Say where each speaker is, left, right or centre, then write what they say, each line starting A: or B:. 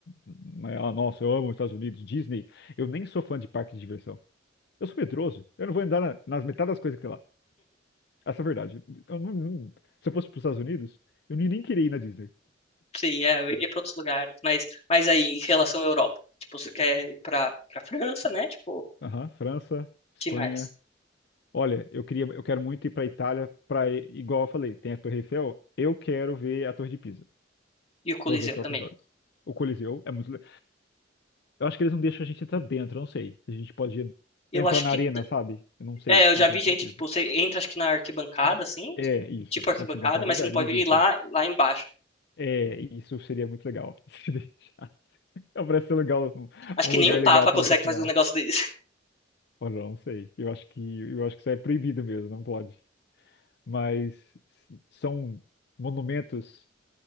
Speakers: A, on the left (about 60°); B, on the left (about 35°).
A: Não é, Ah, nossa, eu amo os Estados Unidos, Disney. Eu nem sou fã de parque de diversão. Eu sou medroso. Eu não vou andar na- nas metades das coisas que tem lá. Essa é a verdade. Eu não- não- se eu fosse para os Estados Unidos, eu nem nem queria ir na Disney.
B: sim, é, eu iria pra outros lugares. Mas, mas aí, em relação à Europa, tipo, você quer ir pra, pra França, né? Tipo,
A: Aham, França, Espanha.
B: finais.
A: Olha, eu queria, eu quero muito ir para Itália, para igual eu falei, tem a Torre Eiffel. Eu quero ver a Torre de Pisa
B: E o Coliseu
A: com os meus próprios
B: também.
A: olhos. O Coliseu é muito. le- Eu acho que eles não deixam a gente entrar dentro. eu Não sei. A gente pode
B: Eu
A: entrar
B: acho
A: na
B: que
A: arena, sabe? Eu não sei.
B: É, eu já
A: Não tenho
B: vi gente,
A: certeza.
B: tipo, você entra acho que na arquibancada, assim,
A: É isso.
B: tipo arquibancada,
A: Na arquibancada
B: mas
A: da,
B: você não pode
A: eles deixam.
B: ir lá, lá embaixo.
A: É, isso seria muito legal. <laughs> Se deixar. Parece ser legal, um
B: Acho que
A: um lugar
B: nem o Papa
A: legal para
B: consegue
A: você tirar.
B: fazer um negócio desse.
A: Olha, eu não sei. Eu acho que eu acho que isso é proibido mesmo, não pode. Mas s- são monumentos